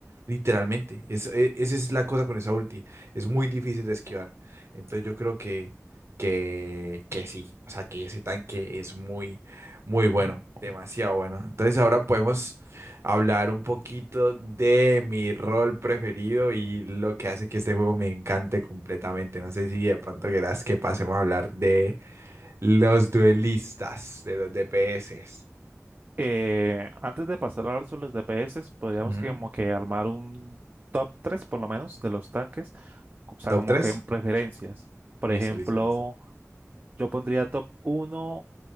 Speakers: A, on the right (about 55°); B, on the right (about 35°).
A: Literalmente, es, e- esa es la cosa con esa ulti, es muy difícil de esquivar. Entonces yo creo que, que, que sí, o sea que ese tanque es muy, muy bueno, demasiado bueno. Entonces ahora podemos hablar un poquito de mi rol preferido y lo que hace que este juego me encante completamente. No sé si de pronto querás que pasemos a hablar de los duelistas, de los DPS.
B: Eh, antes de pasar a hablar sobre los DPS, podríamos
A: Ujú.
B: que como que armar un top 3 por lo menos de los tanques, o sea,
A: ¿Top
B: como
A: tres
B: que en preferencias. Por
A: Listo,
B: ejemplo,
A: listo, listo.
B: yo pondría top uno